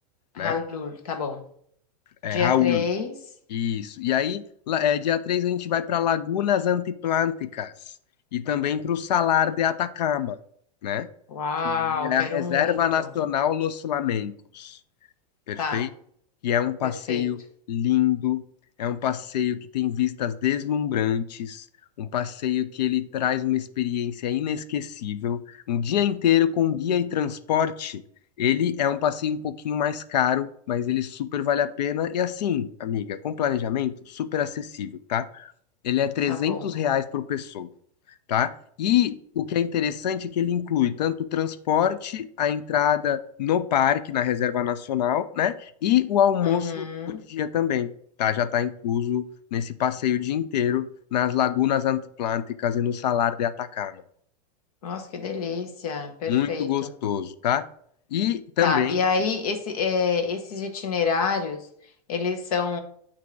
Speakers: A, on the left; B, on the left.
A: Halul,
B: né?
A: tá bom.
B: É
A: Dia
B: Raul,
A: três,
B: isso. E aí, lá- é, dia 3 a gente vai para Lagunas Antiplânticas e também para o Salar de Atacama, né?
A: Uau,
B: Que é a
A: quero
B: Reserva
A: muito.
B: Nacional Los Flamencos. perfeito.
A: Tá,
B: E é um passeio
A: perfeito.
B: lindo, é um passeio que tem vistas deslumbrantes, um passeio que ele traz uma experiência inesquecível. Um dia inteiro com guia e transporte, ele é um passeio um pouquinho mais caro, mas ele super vale a pena. E assim, amiga, com planejamento, super acessível, tá? Ele é trezentos
A: Tá bom.
B: reais por pessoa, tá? E o que é interessante é que ele inclui tanto o transporte, a entrada no parque, na Reserva Nacional, né? E o almoço
A: Uhum.
B: do dia também, tá? Já está incluso nesse passeio o dia inteiro nas lagunas antiplânticas e no Salar de Atacama.
A: Nossa, que delícia. Perfeito.
B: Muito gostoso, tá? E também,
A: Tá, e aí esse, é, esses itinerários, eles são